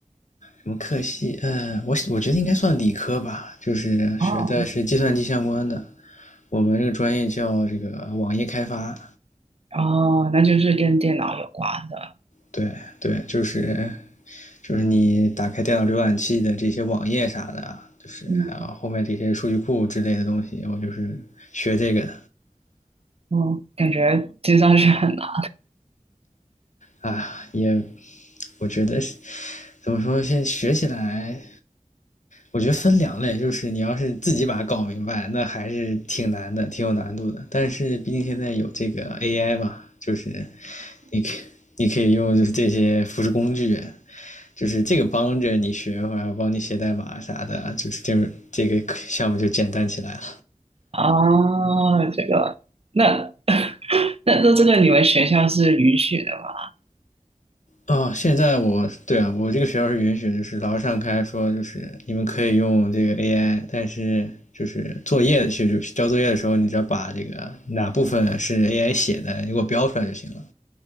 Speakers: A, on the left; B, on the right.
A: 什么课系？嗯、呃我我觉得应该算理科吧，就是学的是计算机相关的。
B: 哦
A: 我们这个专业叫这个网页开发，
B: 哦，那就是跟电脑有关的。
A: 对对，就是就是你打开电脑浏览器的这些网页啥的啊就是还有后面这些数据库之类的东西，
B: 嗯，
A: 我就是学这个的
B: 哦，感觉听上去很难。
A: 啊，也我觉得怎么说，现在学起来我觉得分两类，就是你要是自己把它搞明白，那还是挺难的，挺有难度的。但是毕竟现在有这个 AI 嘛，就是你可你可以用就是这些辅助工具，就是这个帮着你学，或者帮你写代码啥的，就是这这个项目就简单起来了。
B: 哦，这个，那 <laughs> 那那这个你们学校是允许的吗？
A: 哦，现在我对啊，我这个学校是允许，就是老师上开说，就是你们可以用这个 AI，但是就是作业就就交作业的时候，你只要把这个哪部分是 AI 写的，你给我标出来就行了。